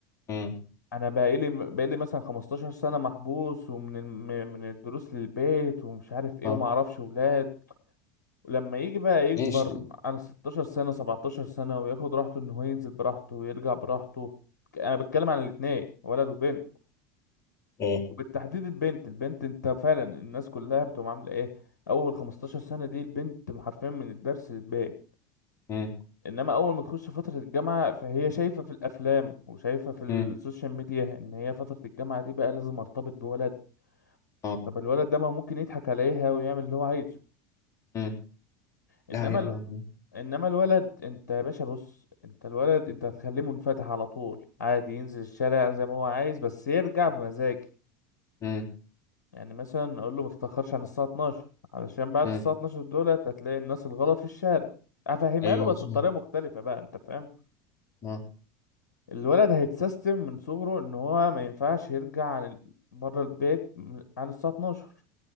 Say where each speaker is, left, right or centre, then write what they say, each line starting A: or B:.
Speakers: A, on the left; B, on the left.
A: مم.
B: انا بقالي بقالي مثلا 15 سنه محبوس ومن الم- من الدروس للبيت ومش عارف ايه
A: اه
B: وما اعرفش ولاد ولما يجي بقى يكبر
A: ماشي
B: عن 16 سنه 17 سنه وياخد راحته ان هو ينزل براحته ويرجع براحته انا بتكلم عن الاتنين ولد وبنت
A: اه
B: وبالتحديد البنت البنت انت فعلا الناس كلها بتقوم عامله ايه اول 15 سنه دي البنت حرفيا من الدرس للبيت
A: مم.
B: انما اول ما تخش فتره الجامعه فهي شايفه في الافلام وشايفه في السوشيال
A: مم.
B: ميديا ان هي فتره الجامعه دي بقى لازم ارتبط بولد
A: اه
B: طب الولد ده ما ممكن يضحك عليها ويعمل اللي هو عايزه
A: مم. ده
B: انما
A: حقيقة
B: ال...
A: مم.
B: انما الولد انت يا باشا بص انت الولد انت هتخليه منفتح على طول عادي ينزل الشارع زي ما هو عايز بس يرجع بمزاجي
A: مم.
B: يعني مثلا اقول له ما تتاخرش عن الساعه 12 علشان بعد
A: مم.
B: الساعه 12 دولت هتلاقي الناس الغلط في الشارع افهمها
A: ايوه
B: له بس
A: مظبوط
B: بطريقه مختلفه بقى انت فاهم
A: اه
B: الولد هيتسيستم من صغره ان هو ما ينفعش يرجع عن ال... بره البيت عن الساعه 12